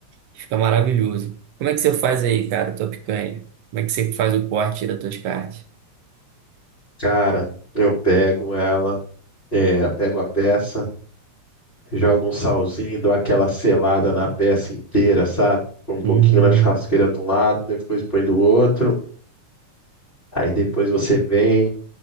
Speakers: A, on the right; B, on the left.
A: fica maravilhoso. Como é que você faz aí, cara, tua picanha? Como é que você faz o corte das tuas carnes?
B: cara, eu pego ela, é, pego a peça, jogo um salzinho, dou aquela selada na peça inteira, sabe? Põe Um pouquinho
A: Hum,
B: na churrasqueira de um lado, depois põe do outro. Aí depois você vem,